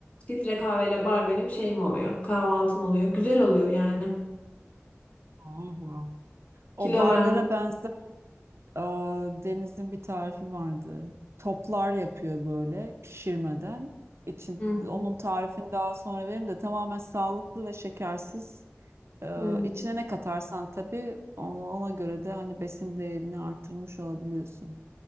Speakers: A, on the left (about 30°); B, on the right (about 60°).
A: filtre kahveyle bar benim şeyim oluyor. Kahvaltım oluyor. Güzel oluyor yani.
B: Oh, O
A: Kilo
B: barlara
A: verme.
B: benzer aa, Deniz'in bir tarifi vardı. Toplar yapıyor böyle pişirmeden. İçin,
A: Hı,
B: onun tarifini daha sonra veririm de tamamen sağlıklı ve şekersiz. Ee,
A: hı.
B: içine ne katarsan tabii ona, ona göre de hani besin değerini arttırmış olabiliyorsun.